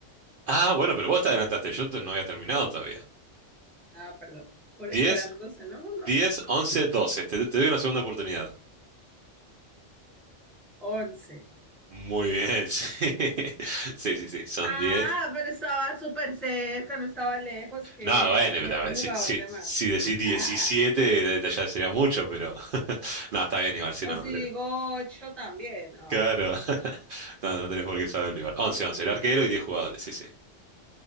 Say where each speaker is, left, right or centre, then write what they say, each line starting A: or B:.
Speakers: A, on the right; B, in the centre.
A: Ah, bueno, pero vos te adelantaste. Yo te- no había terminado todavía.
B: Ah, perdón. Juré
A: 10,
B: que eran 12, no, no, no.
A: 10, 11, 12. Te, te doy una segunda oportunidad.
B: 11.
A: Muy bien, <laughs> sí. Sí, sí, sí. Son
B: Ah,
A: 10.
B: pero estaba súper cerca, no estaba lejos, Ger.
A: No, bueno,
B: Metí
A: pero a ver,
B: un jugador
A: si, si,
B: de
A: si
B: más.
A: decís 17,
B: <laughs>
A: ya sería mucho, pero. <laughs> No, está bien igual, si no,
B: O si
A: no tenés.
B: digo 8 también. Ah,
A: Claro.
B: sí, ven.
A: <laughs> No, no tenés por qué saberlo igual. 11, 11. El arquero y 10 jugadores, sí, sí.